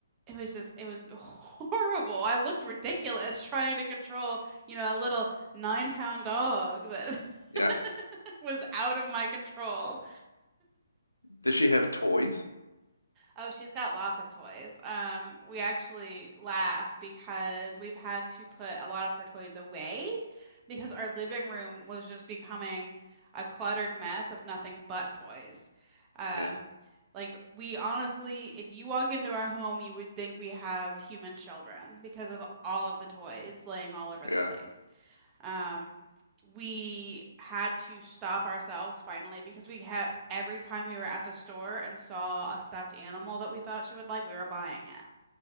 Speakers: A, on the right (about 20°); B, on the left (about 80°).
A: it was just it was <laughs> horrible. I looked ridiculous trying to control, you know, a little nine pound dog that
B: Yeah.
A: <laughs> was out of my control.
B: Does she have toys?
A: Oh, she's got lots of toys. Um, we actually laugh because we've had to put a lot of her toys away because our living room was just becoming a cluttered mess of nothing but toys. Um,
B: Yeah.
A: like we honestly, if you walk into our home, you would think we have human children because of all of the toys laying all over the
B: Yeah.
A: place. Um, we had to stop ourselves finally because we kept every time we were at the store and saw a stuffed animal that we thought she would like, we were buying it.